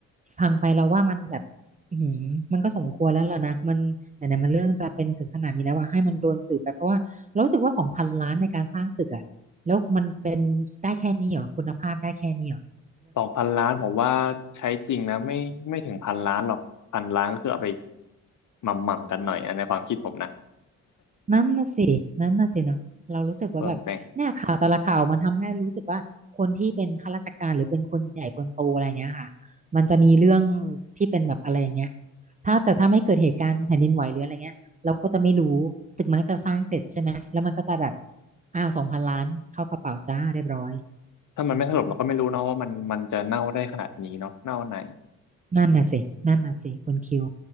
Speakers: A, on the right; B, on the left.
A: พังไปเราว่ามันแบบอือหือมันก็สมควรแล้วล่ะนะมันไหนๆมันเรื่องจะเป็นถึงขนาดนี้แล้วว่าให้มันโดนสืบไปเพราะว่าเรารู้สึกว่าสองพันล้านในการสร้างตึกอะแล้วมันเป็นได้แค่นี้เหรอคุณภาพได้แค่นี้เหรอ
B: สองพันล้านผมว่าใช้จริงนะไม่ไม่ถึงพันล้านหรอกพันล้านก็คือเอาไปหม่ำๆกันหน่อยอะในความคิดผมนะ
A: นั่นน่ะสิ นั่นน่ะสิเนาะเรารู้สึกว่าแบบเนี่ยข่าวแต่ละข่าวมันทำให้รู้สึกว่าคนที่เป็นข้าราชการหรือเป็นคนใหญ่คนโตอะไรเงี้ยค่ะมันจะมีเรื่อง
B: <laughs> ส่วนแต่ง
A: ที่เป็นแบบอะไรอย่างเงี้ยถ้าแต่ถ้าไม่เกิดเหตุการณ์แผ่นดินไหวหรืออะไรเงี้ยเราก็จะไม่รู้ ตึกมันก็จะสร้างเสร็จใช่ไหม แล้วมันก็จะแบบอ้าวสองพันล้านเข้ากระเป๋าจ้าเรียบร้อย
B: ถ้ามันไม่ถล่มเราก็ไม่รู้เนาะว่ามันมันจะเน่าได้ขนาดนี้เนาะเน่าไหน
A: นั่นน่ะสินั่นน่ะสิคุณคิว